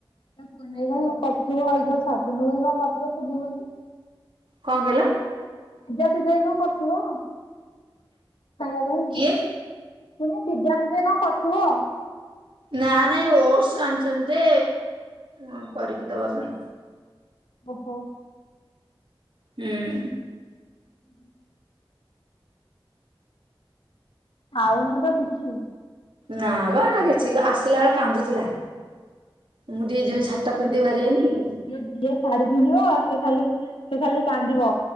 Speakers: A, on the left (about 75°); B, on the right (about 70°).
A: ତା ପୁଅ ନାଗି କଣ କରିଥିବ ଏଇ ଯୋଉ ଶାଗ ଫାଗ କଣ କରଥିବ ସୁଜି ଫୁଜି।
B: କଣ କହିଲ?
A: ସିଜା ଫିଜା ଏ କଣ କରୁଥିବ ଖାଇବା ପାଇଁ।
B: କିଏ?
A: <unintelligible> ପିଜା ଫିଜା କଣ କରୁଥିବ
B: ନା ନାଇଁ ଓଟସ ଆଣିଚନ୍ତି ଯେ କରିକି ଦବା ପାଇଁ।
A: ଓହୋ
B: ହୁଁ
A: <inaudible> ଖାଉନାଇ ତ କିଛି
B: ନା ବା ହେଟା କିଛି ଆସିଲା ବେଳେ କାନ୍ଦୁଥିଲା ମୁଁ ଟିକେ ଯେମିତି ସଢି ଟା ପିନ୍ଧିଦେଇ ବାହାରିଗଲି
A: ଯିଏ ଶାଢୀ ପିନ୍ଧିବ ସେ ଖାଲି ସେ ଖାଲି କାନ୍ଦିବ।